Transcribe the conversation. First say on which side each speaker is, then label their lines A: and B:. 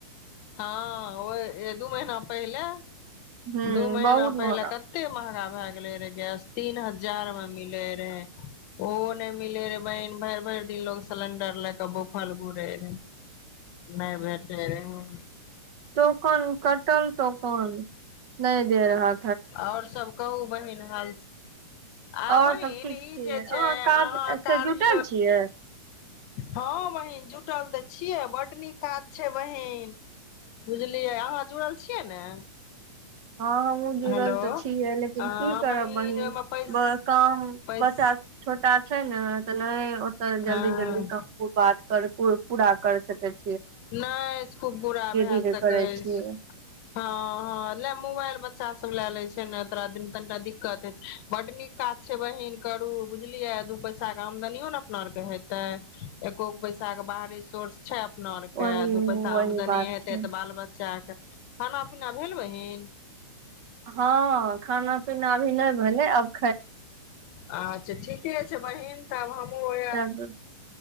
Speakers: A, on the left (about 40°); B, on the right (about 40°).
A: हँ ओ ए दू महिना पहिले
B: हूँ
A: दू महिना
B: बहुत
A: पहिले
B: महगा
A: कते महंगा भए गेले रहे गैस तीन हजार मे मिलै रेहे ओहो नहि मिलै रहे बहिन भरि भरि दिन लोग सिलेंडर लएके भूखल घुरै रेहे नहि भेटलै रेहे
B: टोकन कटल टोकन नहि दे रहा
A: और सब कहू बहिन हाल आ
B: और
A: बहिन
B: सब ठीक
A: ई
B: छियै
A: जे
B: अहाँ
A: छै अहाँ
B: काज से
A: कार्य
B: जुटल छियै
A: हँ बहिन जुटल तऽ छियै बड्ड नीक काज छै बहिन बुझलियै अहाँ जुड़ल छियै ने
B: हँ हमहुँ जुड़ल
A: हेलो
B: तऽ छीयै लेकिन
A: हँ
B: की करब बहिन
A: ओहिमे पैस
B: काम
A: पैस
B: बच्चा छोटा छै न त नहि त जल्दी
A: हँ
B: जल्दी कप बात कर प पूरा करैत हैतए
A: नहि खूब बुरा भए
B: धीरे
A: सकै
B: करै छियै
A: छै हँ हँ ल मोबाइल बच्चा सब ले ले छै ने तोरा दिन कनीटा दिक्कत हे छै बड नीक काज छै बहिन करू बुझलिये दू पैसा के आमदनियों ने अपना आरके हेतै एकोगो पैसा के बाहरी सोर्स छै अपना के
B: वही
A: दू पैसा
B: वही
A: आमदनी
B: बात
A: हेतै
B: छै
A: तऽ बाल बच्चा खाना पीना भेल बहीन
B: हँ खाना पीना अभी नहि भेलै अब
A: अच्छा ठीके छै बहिन तब हम ओ ए
B: तब,